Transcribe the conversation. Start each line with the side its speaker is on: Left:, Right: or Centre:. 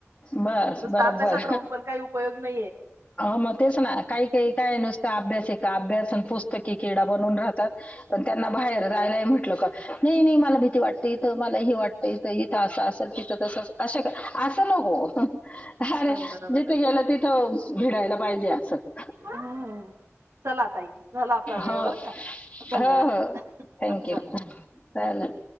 Left: बस
Right: नुसता
Left: बरोबबर
Right: अभ्यासात राहून पण काही उपयोग नाहीये
Left: मग तेच ना काही काही काय नुसत अभ्यासिका अभ्यास पुस्तक ऐकेरडा बनून राहतात पण त्यांना बाहेर जायला म्हटल का नाही नाही मला भीती वाटते इथ मला हे वाटतय इथ अस असेल तिथ तसच असे अस नको हम् ह अरे
Right: नाही बरोबर
Left: जिथे गेल तिथ भिडायला पाहिजे अस हो
Right: हम्म. चला ताई झाला आपला वेळ
Left: हो
Right: बर का धन्यवाद
Left: हो थँक यू
Right: चला.
Left: चालेल